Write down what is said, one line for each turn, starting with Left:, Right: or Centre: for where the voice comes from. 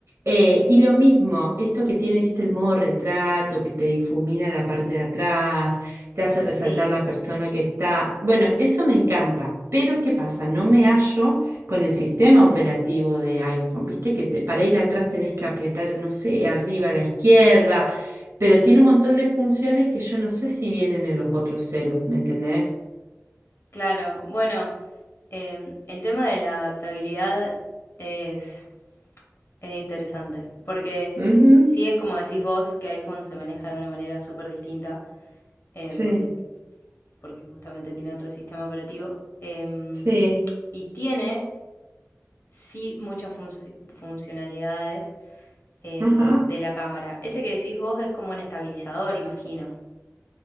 Right: Eh, y lo mismo, esto que tiene, viste, el modo retrato, que te difumina la parte de atrás, te hace resaltar
Left: Sí,
Right: la persona que está. Bueno, eso me encanta, pero ¿qué pasa? No me hallo con el sistema operativo de iPhone, viste, que te- para ir atrás tenés que apretar, no sé, arriba a la izquierda pero tiene un montón de funciones que yo no sé si vienen en los otros celos, ¿me entendés?
Left: claro. Bueno, eh, el tema de la adaptabilidad es, es interesante, porque
Right: Ujú,
Left: sí es como decís vos, que iPhone se maneja de una manera súper distinta, eh,
Right: Sí,
Left: porque, porque justamente tiene otro sistema operativo, em,
Right: sí,
Left: y tiene sí muchas funci- funcionalidades em,
Right: ajá.
Left: de la cámara. Ese que decís vos es como un estabilizador, imagino.